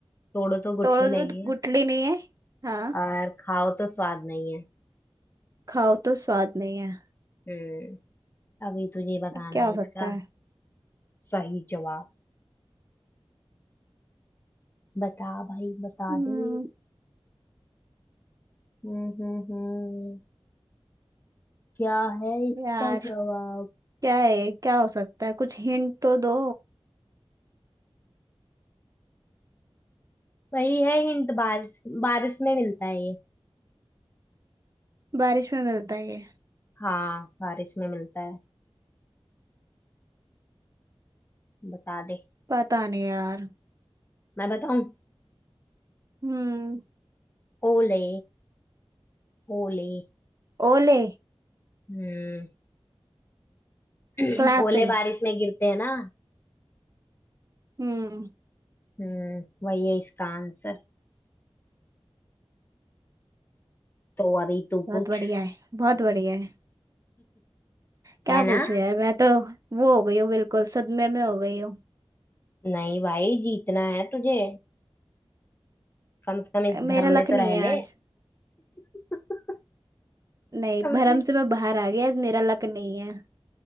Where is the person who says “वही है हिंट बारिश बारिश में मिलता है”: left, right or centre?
Left